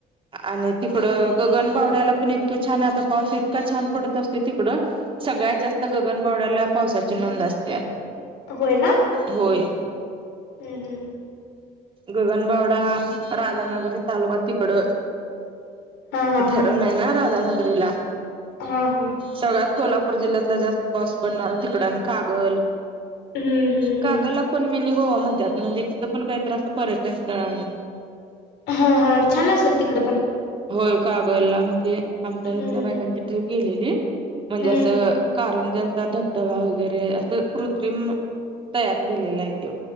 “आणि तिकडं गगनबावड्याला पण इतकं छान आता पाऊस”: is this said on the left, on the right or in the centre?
Right